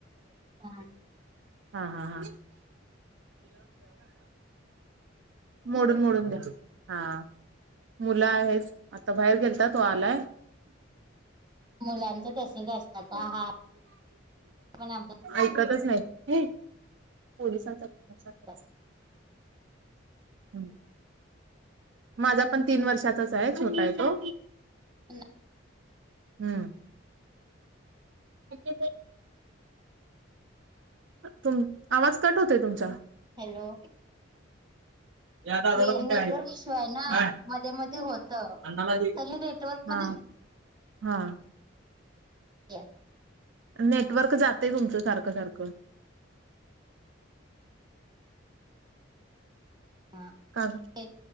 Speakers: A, on the right; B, on the right.
A: हा
B: हा हा हा. मोडून मोडून द्या. हा मुलं आहेत आता बाहेर गेलता तो आलाय.
A: मुलांच तसचं असतात हा हा पण आ
B: ऐकतच नाय. हे पोलिसांचा <inaudible>
A: असतात.
B: हम्म. माझा पण तीन वर्षाचाच आहे छोटा आहे तो.
A: <unintelligible>
B: हम्म. <unintelligible> तुम आवाज कट होतय तुमचा.
A: हॅलो.
B: या दादाला
A: हे
B: पण
A: नेटवर्क
B: द्या
A: इश्यू आहे ना
B: काय
A: मध्ये मध्ये होतं
B: अण्णाला दे
A: तरी नेटवर्क
B: हा
A: मध्ये
B: हा.
A: या
B: नेटवर्क जाते तुमचं सारखं सारखं.
A: हा
B: का
A: ते